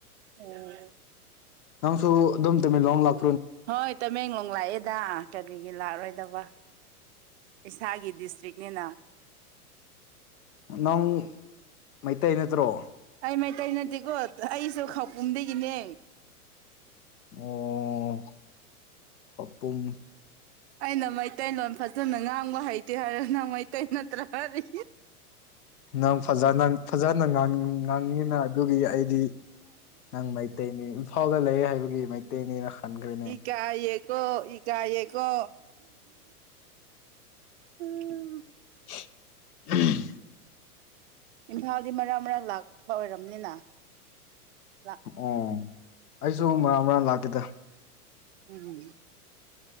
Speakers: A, on the right (about 50°); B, on the left (about 75°).
A: ꯑꯦꯋꯦ
B: ꯅꯪꯁꯨ ꯑꯗꯨꯝ ꯇꯃꯦꯡꯂꯣꯡ ꯂꯥꯛ
A: ꯍꯣꯏ ꯇꯃꯦꯡꯂꯣꯡ ꯂꯥꯛꯑꯦꯗꯥ ꯀꯔꯤꯒꯤ ꯂꯥꯛꯔꯣꯏꯗꯕ ꯢꯁ ꯏꯁꯥꯒꯤ ꯗꯤꯁꯇ꯭ꯔꯤꯛꯅꯤꯅ
B: ꯅꯪ ꯃꯩꯇꯩ ꯅꯠꯇ꯭ꯔꯣ
A: ꯑꯩ ꯃꯩꯇꯩ ꯅꯠꯇꯦꯀꯣ ꯑꯩꯁꯨ ꯈꯥꯎꯄꯨꯝꯗꯒꯤꯅꯦ
B: ꯑꯣ ꯈꯥꯎꯄꯨꯝ
A: ꯑꯩꯅ ꯃꯩꯇꯩꯂꯣꯟ ꯐꯖꯅ ꯉꯥꯡꯕ ꯍꯩꯇꯦ ꯍꯥꯏꯔ ꯅꯪ ꯃꯩꯇꯩ ꯅꯠꯇ꯭ꯔ ꯀꯔꯤ
B: ꯅꯪ ꯐꯖꯅ ꯐꯖꯅ ꯉꯥꯡꯉꯤ ꯉꯥꯡꯉꯤꯅ ꯑꯗꯨꯒꯤ ꯑꯩꯗꯤ ꯅꯪ ꯃꯩꯇꯩꯅꯤ ꯏꯝꯐꯥꯜꯗ ꯂꯩꯌꯦ ꯍꯥꯏꯕꯒꯤ ꯃꯩꯇꯩꯅꯤꯅ ꯈꯟꯈ꯭ꯔꯦꯅꯦ
A: ꯏꯀꯥꯢꯌꯦꯀꯣ ꯏꯀꯥꯢꯌꯦꯀꯣ ꯍꯝ
B: <unintelligible>
A: ꯏꯝꯐꯥꯜꯗꯤ ꯃꯔꯛ ꯃꯔꯛ ꯂꯥꯛꯄ ꯑꯣꯏꯔꯝꯅꯤꯅ ꯂꯥꯛ
B: ꯑꯣ ꯑꯩꯁꯨ ꯃꯔꯥꯛ ꯃꯔꯥꯛ ꯂꯥꯛꯀꯦꯗ
A: um